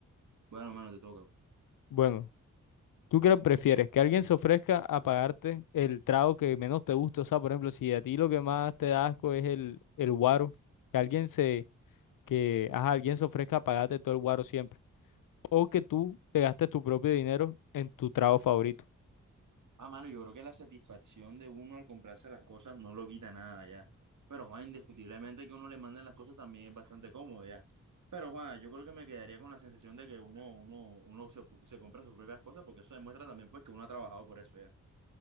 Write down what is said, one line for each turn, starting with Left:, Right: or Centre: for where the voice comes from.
Right: bueno, mano, te toca.
Left: Bueno. ¿Tú qué prefieres? ¿Que alguien se ofrezca a pagarte el trago que menos te gusta? O sea, por ejemplo, si a ti lo que más te da asco es el, el guaro, que alguien se, que, ajá, alguien se ofrezca a pagarte todo el guaro siempre. O que tú te gastes tu propio dinero en tu trago favorito.
Right: Ah, mano, yo creo que la satisfacción de uno al comprarse las cosas no lo quita nada ya. Pero, Juan, indiscutiblemente que uno le manden las cosas también es bastante cómodo ya. Pero, Juan, yo creo que me quedaría con la sensación de que uno, uno, uno se, se compra sus propias cosas, porque eso demuestra también, pues, que uno ha trabajado por eso ya.